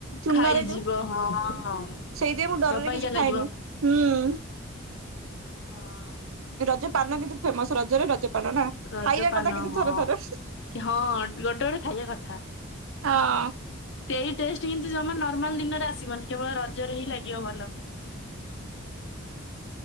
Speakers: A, on the right; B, on the left.
A: ଚୂନରେ
B: ଖାଇଯିବ
A: ଯୋଉ
B: ହଁ
A: ସେଇଯୋଗୁ ମୁଁ ଡରରେ
B: ଅବାଗିଆ
A: କିଛି
B: ଲାଗିବ।
A: ଖାଏନି ହୁଁ।
B: ହଁ।
A: ରଜ ପାନ କିନ୍ତୁ ଫେମସ ରଜରେ ରଜ ପା ପାନ ନା
B: ରଜପାନ
A: ଖାଇବା କଥା କିନ୍ତୁ
B: ହଁ
A: ଥରେ ଥରେ।
B: କି ହଁ ଗୋଟେ ଗୋଟେ ଖାଇବା କଥା।
A: ହଁ।
B: ସେଇ ଟେଷ୍ଟ କିନ୍ତୁ ଜମା ନର୍ମାଲ ଦିନରେ ଆସିବନି କେବଳ ରଜରେ ହିଁ ଲାଗିବ ଭଲ।